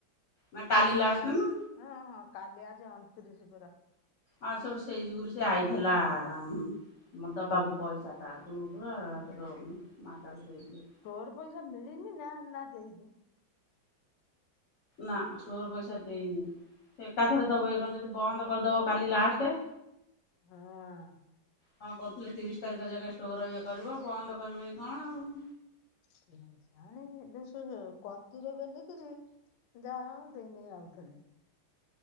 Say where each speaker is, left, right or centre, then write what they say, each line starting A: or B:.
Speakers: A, on the left; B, on the left.
A: ନାଇଁ କାଲିି ଲାଷ୍ଟେ ନା।
B: ଓଁ ହଁ କାଲି ଆଜି ଅଣତିରିଶ ପରା।
A: ହଁ ସେଠୁ ସେଇ ଯୁଗରୁ ସେ ଆଇଥିଲା। ଉଁହୁଁ। ଦବାକୁ ପଇସା ଟା ଆଗରୁ ଗ୍ରୁପର ମାତାକୁ ଦେଇ
B: ତୋର ପଇସା ମିଳିନି ନା ନା ଦେଇନି।
A: ନା ଷ୍ଟୋର ପଇସା ଦେଇନି। ସେ ଏକାଥରେ ଦବ କି କଣ ଯଦି ବନ୍ଦ କରିଦବ କାଲି ଲାଷ୍ଟେ।
B: ହଁ।
A: କଣ କହୁଥିଲେ ତିରିଶ ତାରିଖ ଯାକା ଷ୍ଟୋର ଇଏ କରିବ ବନ୍ଦ କରିବ କି କଣ ଆଉ।
B: କେଜାଣି ହେଲେ ସେ କତିରେ ବେଲି କିରି ଯା ହଉ ଦେଇ ନେଇ ଆଉଥିଲେ।